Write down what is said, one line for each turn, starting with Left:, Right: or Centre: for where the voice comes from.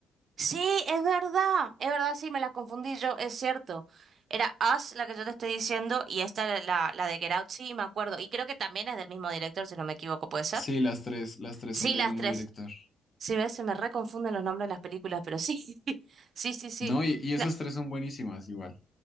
Right: Sí, es verdad, es verdad, sí, me las confundí yo, es cierto. Era Us la que yo te estoy diciendo y esta era la, la de Get Out, sí, me acuerdo. Y creo que también es del mismo director, si no me equivoco, ¿puede ser?
Left: Sí, las tres, las tres
Right: Sí,
Left: son del
Right: las
Left: mismo
Right: tres.
Left: director.
Right: Sí, ves, se me reconfunden los nombres de las películas, pero sí, <laughs> sí, sí, sí.
Left: No, y, y esas
Right: No,
Left: tres son buenísimas igual.